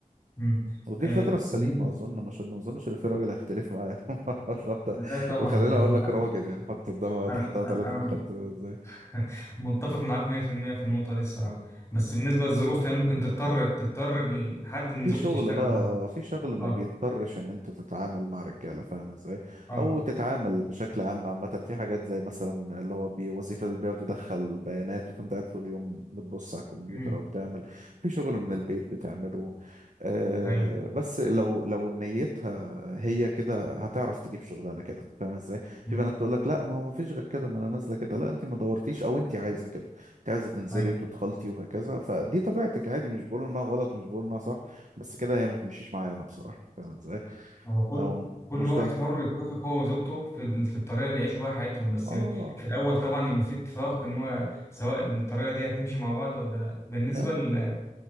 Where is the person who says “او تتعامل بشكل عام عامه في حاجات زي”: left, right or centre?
Right